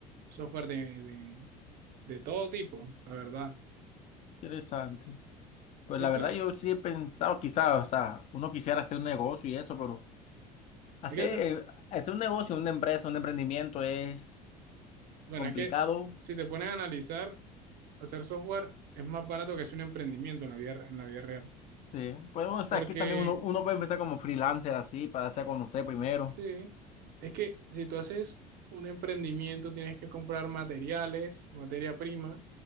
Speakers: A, on the right; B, on the left.
A: software de, de, de todo tipo, la verdad.
B: Interesante. Pues
A: Sí,
B: la
A: claro.
B: verdad yo sí he pensado quizás, o sea, uno quisiera hacer un negocio y eso, pero hacer,
A: Es que, eso-
B: hacer un negocio, una empresa, un emprendimiento es
A: bueno,
B: complicado.
A: es que si te pones a analizar, hacer software es más barato que hacer un emprendimiento en la vida, en la vida real.
B: Sí. Pues bueno, o sea,
A: Porque,
B: aquí también uno, uno puede empezar como freelancer así, para hacer conocer primero.
A: sí, es que si tú haces un emprendimiento, tienes que comprar materiales, materia prima.